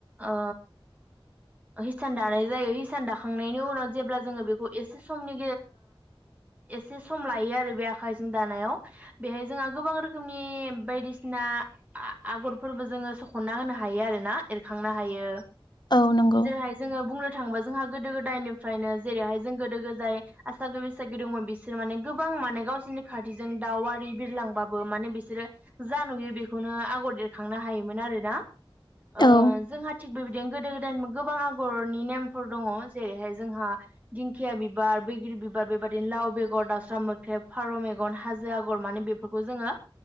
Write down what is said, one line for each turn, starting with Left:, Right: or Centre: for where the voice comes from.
Right: ओ हिसान दानाय जायो, हिसान दाखांनायनि उनाव जेब्ला जोङो बेखौ एसे समनि एसे सम लायो आरो बे आखाइजों दानायाव। बेहाय जोंहा गोबां रोखोमनि बायदिसिना आगरफोरबो जोङो सखनना होनो हायो आरो ना। एरखांनो हायो
Left: औ नंगौ
Right: जेरैहाय जोङो बुंनो थांबा जोंहा गोदो गोदायनिफ्रायनो जेरैहाय जों गोदो गोदाय आसागि बैसागि दंमोन, बिसोर माने गोबां माने गावसोरनि खाथिजों दावारि बिरलांब्लाबो माने बिसोरो जा नुयो बेखौ खौनो आगर एरखांनो हायोमोन आरोना। ओ
Left: औ
Right: जोंहा थिग बेबायदिनो गोदो गोदाय गोबां आगरनि नेमफोर दङ, जेरैहाय जोंहा दिंखिया बिबार, बैग्रि बिबार, बेबायदिनो दाउ बेगर, दाउसा मोख्रेब, फारौ मेगन, हाजो आगर माने बेफोरखौ जोङो